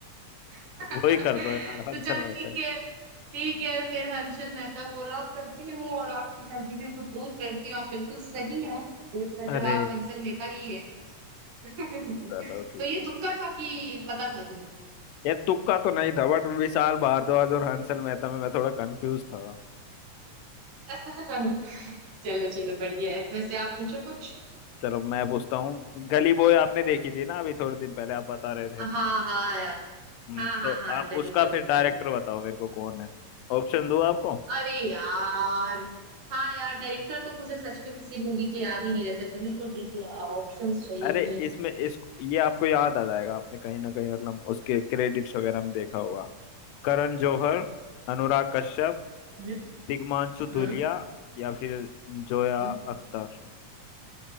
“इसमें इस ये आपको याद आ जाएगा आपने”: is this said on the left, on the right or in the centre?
Left